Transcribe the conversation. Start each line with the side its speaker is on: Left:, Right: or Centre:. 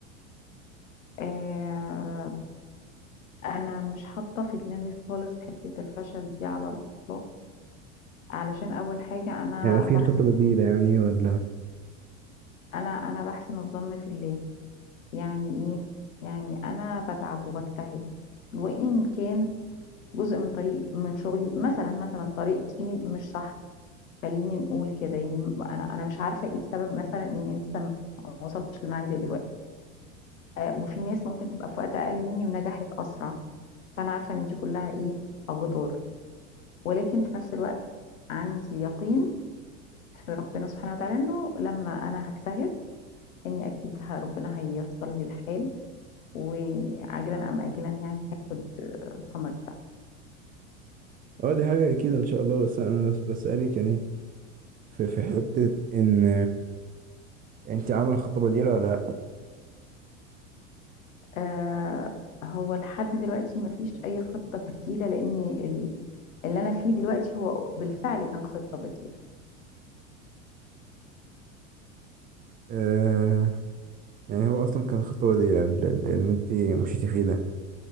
Left: آه انا مش حاطه في دماغي خالص حته الفشل دي على الاطلاق علشان اول حاجه انا
Right: يعني في
Left: بحسن
Right: خطة بديلة يعني ولا
Left: انا انا بحسن الظن في الله يعني ايه يعني انا بتعب وبجتهد وان كان جزء من طريق من شغلي مثلا مثلا طريقتي مش صح خليني نقول كده يعني انا انا مش عارفه ايه السبب مثلا اني لسه ما وصلتش اللي انا عايزاه دلوقتي آه وفي ناس ممكن تبقى في وقت اقل مني ونجحت اسرع فانا عارفه ان دي كلها ايه اقدار ولكن في نفس الوقت عندي يقين في ربنا سبحانه وتعالى انه لما انا هجتهد اني اكيد ه- ربنا هييسر لي الحال وعاجلا ام اجلا يعني هاخد ثمر
Right: اه دي حاجة اكيد ان شاء الله بس انا بس بسألك يعني في في حتة ان انت عاملة خطة بديلة ولا لا
Left: آه هو لحد دلوقتي مفيش أي خطة بديلة لأن ال- اللي أنا فيه دلوقتي هو بالفعل كان خطة بديلة
Right: آه يعني هو اصلا كان خطة بديلة اللي انت مشيتي فيه ده